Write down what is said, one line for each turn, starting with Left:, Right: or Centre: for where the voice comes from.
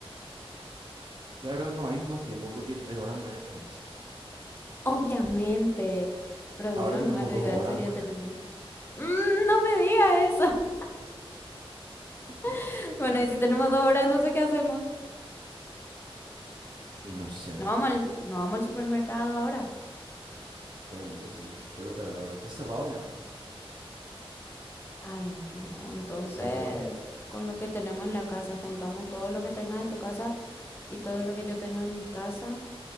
Right: claro, no hay nomás tiempo porque tres horas nomás ya tenés.
Left: <laughs> Obviamente. Pero
Right: Ahora
Left: digo,
Right: tenemos
Left: nomás lo
Right: dos
Left: ideal
Right: horas
Left: sería
Right: nomás
Left: tener
Right: ya.
Left: un... Mm, no me digas eso.
Right: <laughs>
Left: <laughs> Bueno, y si tenemos dos horas, entonces ¿qué hacemos?
Right: Y no sé,
Left: No vamos al, no vamos al supermercado ahora.
Right: para mí que sí. Pero tal- ahora está cerrado ya,
Left: Ay, no. Entonces,
Right: ¿verdad?
Left: con lo que tenemos en la casa, juntamos todo lo que tengas en tu casa y todo lo que yo tenga en mi casa.